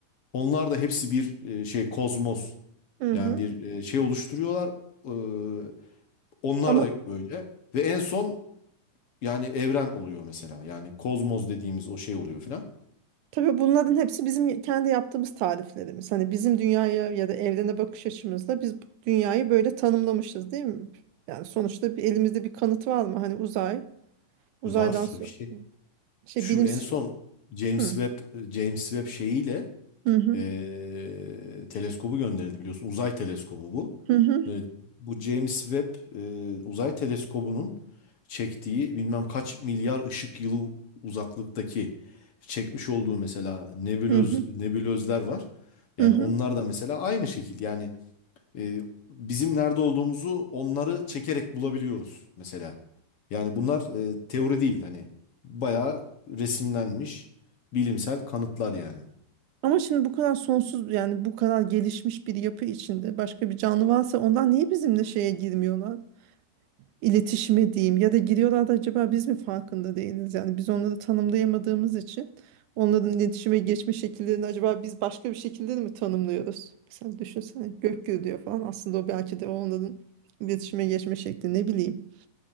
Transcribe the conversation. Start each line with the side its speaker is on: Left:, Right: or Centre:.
Left: Onlar da hepsi bir e, şey kozmos.
Right: hı
Left: Yani
Right: hı.
Left: bir e, şey oluşturuyorlar. Ee, onlar
Right: Ama
Left: da öyle. Ve en son yani evren oluyor mesela. Yani kozmos dediğimiz o şey oluyor filan.
Right: Tabii bunların hepsi bizim kendi yaptığımız tariflerimiz. Hani bizim dünyaya ya da evrene bakış açımızda biz bu dünyayı böyle tanımlamışız değil mi? Yani sonuçta bir, elimizde bir kanıt var mı? Hani uzay, uzaydan
Left: Var
Right: so-
Left: tabii şey.
Right: şey
Left: Şu
Right: bilim...
Left: en son James
Right: Hı.
Left: Webb e, James Webb şeyiyle
Right: Hı hı,
Left: e, teleskobu gönderildi biliyorsun. Uzay teleskobu bu.
Right: hı hı,
Left: E, bu James Webb e, uzay teleskobunun çektiği bilmem kaç milyar ışık yılı uzaklıktaki çekmiş olduğu mesela nebulöz,
Right: hı hı,
Left: nebulözler var. Yani
Right: hı hı.
Left: onlar da mesela aynı şekil. Yani e, bizim nerede olduğumuzu onları çekerek bulabiliyoruz mesela. Yani bunlar e, teori değil hani bayağı resimlenmiş bilimsel kanıtlar yani.
Right: Ama şimdi bu kadar sonsuz yani bu kadar gelişmiş bir yapı içinde başka bir canlı varsa ondan niye bizimle şeye girmiyorlar? iletişime diyeyim ya da giriyorlar da acaba biz mi farkında değiliz? Yani biz onları tanımlayamadığımız için onların iletişime geçme şekillerini acaba biz başka bir şekilde de mi tanımlıyoruz? Mesela düşünsene gök gürülüyor falan aslında o belki de onların iletişime geçme şekli ne bileyim.